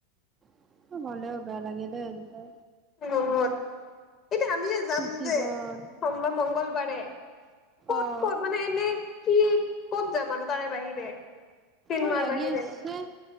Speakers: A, on the right; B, on the left.
A: <unintelligible> দে এনেকুৱা
B: নহয়, এতিয়া আমিযে যাম
A: জীৱন
B: যে, সোমবাৰ মংগলবাৰে, ক'ত-ক'ত
A: অ।
B: মানে এনে কি ক'ত যাম আৰু তাৰে বাহিৰে। চিনেমাৰ
A: অ' লাগি
B: বাহিৰে
A: আছে